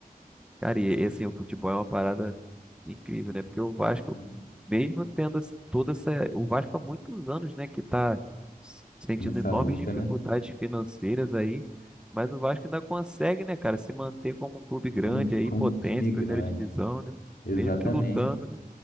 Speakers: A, in the centre; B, on the left.
A: Cara, e e, assim, o futebol é uma parada incrível, né? Porque o Vasco,
B: Uhum.
A: mesmo tendo esse- toda essa. O Vasco há muitos anos, né, que tá s- sentindo
B: nessa
A: enormes
B: luta,
A: dificuldades
B: né?
A: financeiras aí, mas o Vasco ainda consegue, né, cara, se manter como um clube grande
B: Como,
A: aí,
B: como
A: potência,
B: um time grande.
A: primeira divisão, né?
B: Exatamente.
A: Mesmo que lutando, né?